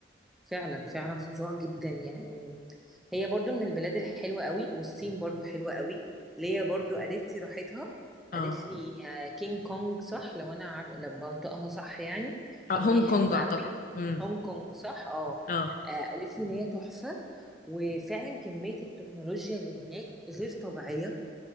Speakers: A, in the centre; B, on the left (about 45°).
A: فعلا فعلا فظاع جدا يعني هي برضو من البلاد الحلوة قوي والصين برضو حلوة قوي ليا برضو قالت لي راحتها
B: اه
A: قالت لي آه، كينج كونج صح لو انا عارف لو بنطقها صح يعني
B: آه،
A: ان
B: هونج
A: هي حلوة
B: كونج
A: قوي
B: اعتقد امم
A: هونج كونج صح اه
B: اه
A: آه، قالت لي ان هي تحفة وفعلا كمية التكنولوجيا اللي هناك غير طبيعية